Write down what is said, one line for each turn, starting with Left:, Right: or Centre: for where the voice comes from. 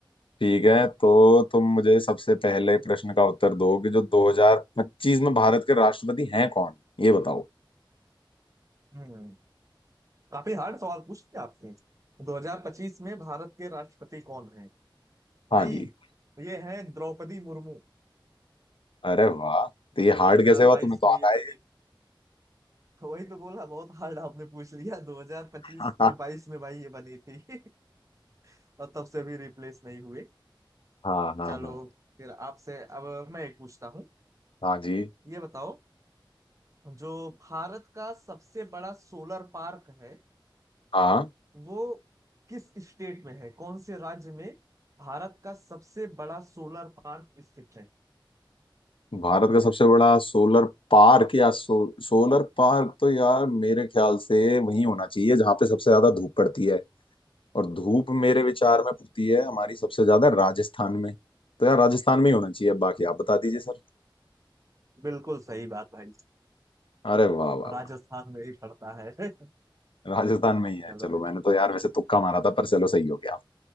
Left: ठीक है तो तुम मुझे सबसे पहले प्रश्न का उत्तर दो कि जो 2025 में भारत के राष्ट्रपति हैं कौन ये बताओ
Right: हम्म काफी हार्ड सवाल पूछ लिया आपने 2025 में भारत के राष्ट्रपति कौन है भाई
Left: हाँ जी
Right: ये है द्रौपदी मुर्मू
Left: अरे वाह तो ये
Right: 2022
Left: हार्ड कैसे हुआ तुम्हें तो
Right: में
Left: आता
Right: ये
Left: है
Right: बनी
Left: ये।
Right: वही तो बोला बहुत हार्ड आपने पूछ लिया 2025
Left: <laughs>
Right: 22 में भाई ये बनी थी <laughs> और तब से भी रिप्लेस नहीं हुए
Left: हाँ हाँ
Right: चलो
Left: हाँ
Right: फिर आपसे अब मैं एक पूछता हूँ
Left: हाँ जी
Right: ये बताओ जो भारत का सबसे बड़ा सोलर पार्क है
Left: हाँ
Right: वो किस स्टेट में है कौन से राज्य में भारत का सबसे बड़ा सोलर पार्क स्थित है
Left: भारत का सबसे बड़ा सोलर पार्क या सो, सोलर पार्क तो यार मेरे ख्याल से वही होना चाहिए जहां पे सबसे ज्यादा धूप पड़ती है और धूप मेरे विचार में पड़ती है हमारी सबसे ज्यादा राजस्थान में तो यार राजस्थान में ही होना चाहिए बाकी आप बता दीजिए सर
Right: बिल्कुल सही बात भाई
Left: अरे वाह वाह
Right: राजस्थान
Left: वाह
Right: में ही पड़ता है <laughs>
Left: राजस्थान में ही है
Right: चलो
Left: चलो मैंने तो यार वैसे तुक्का मारा था पर चलो सही हो गया